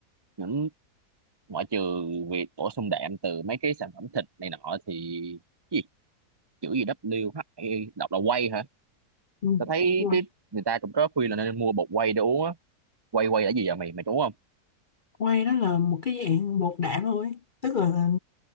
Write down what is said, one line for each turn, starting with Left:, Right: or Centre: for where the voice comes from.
Right: những ngoại trừ việc bổ sung đạm từ mấy cái sản phẩm thịt này nọ thì cái gì chữ gì WHI đọc là whey hả?
Left: ừ.
Right: Tao thấy
Left: quay
Right: cái người ta cũng có khuyên là nên mua bột whey để uống á. Whey whey là gì vậy mày mày đúng không?
Left: quay đó là một cái dạng bột đạm thôi tức là